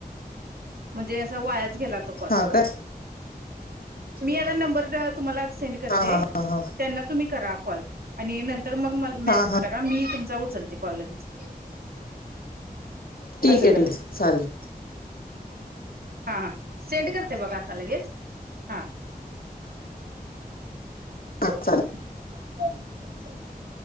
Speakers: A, on the right; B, on the left.
A: म्हणजे अस वायाच गेला तो. कॉल.
B: हा काय
A: मी आता नंबर तुम्हाला सेंड त्यांना
B: हा हा हा हा
A: तुम्ही करा कॉल. आणि नंतर मग मला मेसेज
B: हा हा
A: करा. का मी तुमचा उचलते कॉल लगेच.
B: ठीक
A: असं
B: आहे
A: करा.
B: ठीक आहे चालेल
A: हा हा सेंड करते बघा आता लगेच. हा
B: अच
A: <unintelligible>
B: <unintelligible>